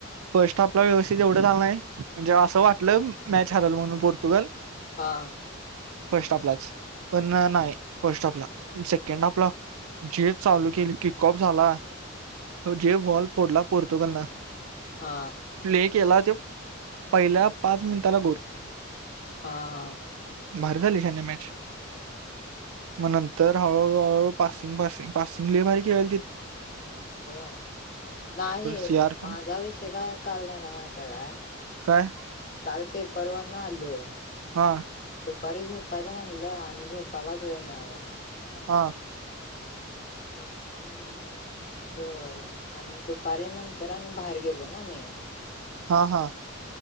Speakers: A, on the right (about 80°); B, on the left (about 40°).
A: फर्स्ट आपला व्यवस्थित एवढं झालं नाही म्हणजे असं वाटलं मॅच हरल म्हणून पोर्तुगल.
B: हा.
A: फर्स्ट आपलाच पण नाही फर्स्ट आपला सेकंड आपला जेच चालू केली किकॉप झाला जे वॉल पोडला पोर्तुगलनं.
B: हा
A: प्ले केला ते पहिल्या पाच मिनिटाला गोल.
B: हा हा.
A: भरी झाली शान्या मॅच. मग नंतर हळूहळू हळूहळू पासिंग पासिंग पासिंग लय भारी खेळालतीत.
B: होय. नाही
A: सी आर पण
B: माझा विषय काय काल झाला माहितय काय?
A: काय
B: काल पेपर वरन आलो
A: हा
B: आणि दुपारी झोप यच म्हणलं आणि झोपालाच वेळ मिळाला नाय.
A: हा.
B: मग शेवटी झ आणि दुपारी नंतर आणि बाहेर गेलो ना मी.
A: हा हा.